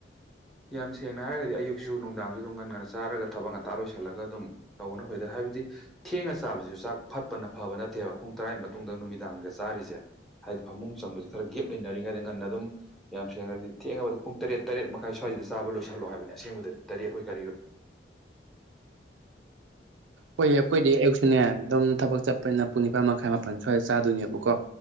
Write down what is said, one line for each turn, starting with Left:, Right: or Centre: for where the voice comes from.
Centre: ꯌꯥꯝ ꯁꯦꯡꯅ ꯍꯥꯏꯔꯒꯗꯤ ꯑꯌꯨꯛꯁꯨ ꯅꯨꯡꯗꯥꯡꯁꯨ ꯑꯗꯨꯝ ꯉꯟ ꯉꯟꯅ ꯆꯥꯔꯒ ꯊꯕꯛ ꯉꯟꯇꯥ ꯂꯣꯏꯁꯤꯜꯂꯒ ꯑꯗꯨꯝ ꯇꯧꯕꯅ ꯐꯩꯗ ꯍꯥꯏꯕꯗꯤ ꯊꯦꯡꯅ ꯆꯥꯕꯁꯤꯁꯨ ꯆꯥꯛ ꯐꯠꯄꯅ ꯐꯕ ꯅꯠꯇꯦꯕ ꯄꯨꯡ ꯇꯔꯥꯒꯤ ꯃꯇꯨꯡꯗ ꯅꯨꯃꯤꯗꯥꯡꯒ ꯆꯥꯔꯤꯁꯦ꯫ ꯍꯥꯏꯗꯤ ꯐꯃꯨꯡ ꯆꯪꯕꯁꯤ ꯈꯔ ꯒꯦꯞ ꯂꯩꯅꯔꯤꯉꯩꯗ ꯉꯟꯅ ꯑꯗꯨꯝ ꯌꯥꯝ ꯁꯦꯡꯅꯗꯤ ꯊꯦꯡꯉꯕꯗ ꯄꯨꯡ ꯇꯔꯦꯠ ꯇꯔꯦꯠ ꯃ ꯈꯥꯏ ꯁ꯭ꯋꯥꯏꯁꯤꯗ ꯆꯥꯕ ꯂꯣꯏꯁꯤꯜꯂꯣ ꯍꯥꯏꯕꯅꯦ ꯑꯁꯦꯡꯕꯗꯗꯤ ꯇꯦꯠ ꯑꯣꯏ ꯀꯔꯤ ꯑꯣꯏ꯫
Right: ꯍꯣꯏꯌꯦ ꯑꯩꯈꯣꯏꯗꯤ ꯑꯌꯨꯛꯁꯨꯅꯦ ꯑꯗꯨꯝ ꯊꯕꯛ ꯆꯠꯄꯅꯤꯅ ꯄꯨꯡ ꯅꯤꯄꯥꯟ ꯃꯈꯥꯏ ꯃꯥꯄꯟ ꯁ꯭ꯋꯥꯏꯗ ꯆꯥꯗꯣꯏꯅꯦꯕꯀꯣ꯫